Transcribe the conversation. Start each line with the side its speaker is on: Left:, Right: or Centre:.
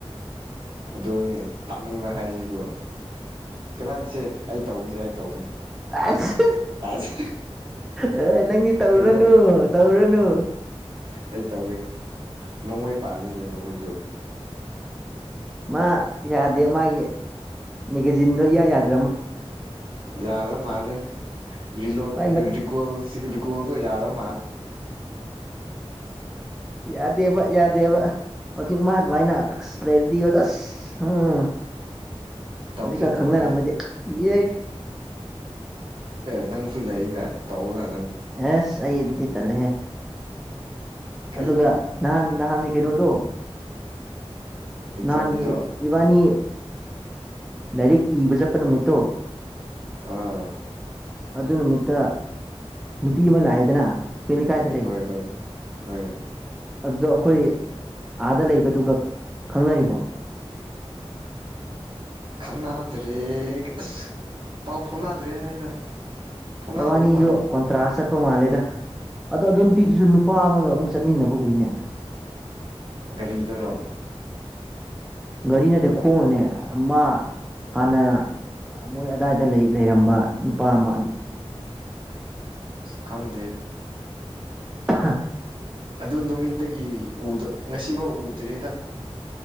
Right: ꯑꯗꯨꯅꯦ ꯇꯪꯕ ꯍꯥꯏꯁꯤꯀꯣ ꯀꯃꯅꯁꯤ ꯑꯩ ꯇꯧꯏꯁꯦ ꯑꯩ ꯇꯧꯏ
Centre: ꯑꯁ
Right: ꯑꯁ
Centre: ꯑꯦ ꯅꯪꯗꯤ ꯇꯧꯔꯨꯔꯅꯨ
Right: ꯀꯩꯅꯣ
Centre: ꯇꯧꯔꯨꯔꯅꯨ
Right: ꯑꯩ ꯇꯧꯒꯦ ꯅꯣꯡꯃꯩ ꯄꯥꯜꯂꯤ ꯀꯩꯅꯣꯈꯣꯏꯁꯨ
Centre: ꯃꯥ ꯌꯥꯗꯦ ꯃꯥꯒꯤ ꯃꯦꯒꯥꯖꯤꯟꯗꯣ ꯏꯌꯥ ꯌꯥꯗꯦ
Right: ꯌꯥꯗꯣ ꯃꯥꯂꯂꯣꯀꯜ
Centre: ꯃꯥꯏ ꯃꯠ
Right: ꯀꯣꯜꯗꯣ ꯌꯥꯥꯗ ꯑꯃ
Centre: ꯌꯥꯗꯦꯕ ꯌꯥꯗꯦꯕ ꯍꯧꯖꯤꯛ ꯃꯥꯗꯚꯥꯏꯅ ꯂꯩꯔꯗꯤꯣ ꯇꯁ ꯎꯝ
Right: ꯇꯧꯁꯦ
Centre: ꯍꯧꯖꯤꯛꯀ ꯈꯪꯅꯔꯝꯃꯗꯤ
Right: ꯇꯧꯁꯦ
Centre: ꯏ
Right: ꯑꯦ ꯅꯪꯁꯨ ꯂꯩꯗ ꯇꯧꯅ
Centre: ꯑꯦꯁ ꯑꯩ ꯑꯗꯨꯗꯤ ꯇꯠꯂꯦꯍꯦ
Right: ꯀꯩꯒꯤ
Centre: ꯑꯗꯨꯒ ꯅꯍꯥꯟ ꯅꯍꯥꯟꯅꯤ ꯀꯩꯅꯣꯗꯣ
Right: ꯑꯦꯛꯖꯥꯝꯒꯤꯗꯣ
Centre: ꯅꯍꯥꯟꯒꯤ ꯏꯕꯥꯅꯤ ꯂꯥꯏꯔꯤꯛ ꯏꯕ ꯆꯠꯄ ꯅꯨꯃꯤꯠꯇꯣ
Right: ꯑꯥ
Centre: ꯑꯗꯨ ꯅꯨꯃꯤꯠꯇ ꯅꯨꯄꯤ ꯑꯃ ꯂꯥꯛꯑꯦꯗꯅ ꯂꯩꯀꯥꯏꯗ
Right: ꯍꯣꯏ ꯍꯣꯏ ꯍꯣꯏ
Centre: ꯑꯗꯨꯗꯣ ꯑꯩꯈꯣꯏ ꯑꯥꯗ ꯂꯩꯕꯗꯨꯒ ꯈꯪꯅꯔꯤꯕꯣ
Right: ꯈꯪꯅꯗ꯭ꯔꯦ ꯑꯁ ꯄꯥꯎ ꯐꯥꯎꯅꯗ꯭ꯔꯦ ꯍꯥꯏꯗ ꯐꯥꯎꯅꯗꯕ
Centre: ꯕꯥꯅꯤꯁꯨ
Right: ꯃꯥꯜꯂꯦ
Centre: ꯀꯨꯟꯇ꯭ꯔꯥ ꯆꯠꯄ ꯃꯥꯜꯂꯦꯗ ꯑꯗꯣ ꯑꯗꯨ ꯅꯨꯄꯤꯗꯨꯁꯨ
Right: ꯎꯝ
Centre: ꯅꯨꯄꯥ ꯑꯃꯒ ꯑꯃꯨꯛ ꯆꯠꯃꯤꯟꯅꯕ ꯎꯏꯅꯦ
Right: ꯒꯥꯔꯤꯗꯔꯣ
Centre: ꯒꯥꯔꯤ ꯅꯠꯇꯦ ꯈꯣꯡꯕꯅꯦ ꯃꯥ
Right: ꯑꯣ
Centre: ꯍꯥꯟꯅ ꯃꯣꯏ ꯑꯗꯨꯗꯥꯏꯗ ꯂꯩ ꯂꯩꯔꯝꯕ ꯅꯨꯄꯥ ꯑꯃ
Right: ꯈꯪꯗ
Centre: ꯍꯥ
Right: ꯑꯗꯨ ꯅꯨꯃꯤꯠꯇꯗꯒꯤ ꯉꯁꯤꯐꯥꯎ ꯎꯗ꯭ꯔꯦꯗ